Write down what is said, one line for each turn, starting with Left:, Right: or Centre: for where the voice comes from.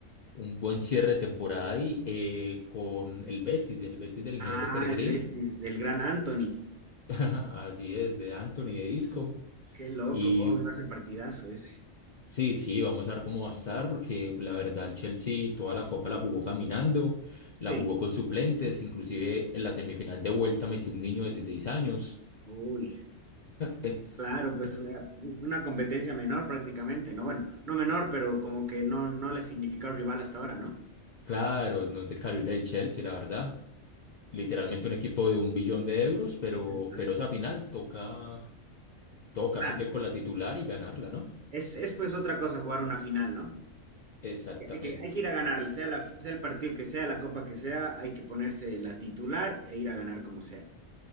Left: un buen cierre de temporada ahí eh, con el Betis, el Betis del ingeniero
Right: Ah,
Left: Peregrini,
Right: el Betis, del gran Anthony.
Left: <laughs> así es, de Anthony de Isco.
Right: Qué loco,
Left: Y
Right: wow, va a ser partidazo ese.
Left: sí, sí, vamos a ver cómo va a estar, porque pues, la verdad el Chelsea toda la copa la jugó caminando, la
Right: Sí.
Left: jugó con suplentes, inclusive en la semifinal de vuelta metió un niño de 16 años.
Right: Uy,
Left: Eh,
Right: Claro, pues
Left: eh,
Right: eh, una competencia menor prácticamente, ¿no? Bueno, no menor, pero como que no, no le ha significado rival hasta ahora, ¿no?
Left: claro, no es de calibre del Chelsea, la verdad. Literalmente un equipo de un billón de euros, pero,
Right: Lógico.
Left: pero esa final toca, toca,
Right: Claro.
Left: toca ir con la titular y ganarla, ¿no?
Right: Es, es pues otra cosa jugar una final, ¿no?
Left: Exactamente,
Right: Que Hay que, hay que ir a ganarla, sea, la, sea el partido que sea, la copa que sea, hay que ponerse la titular e ir a ganar como sea.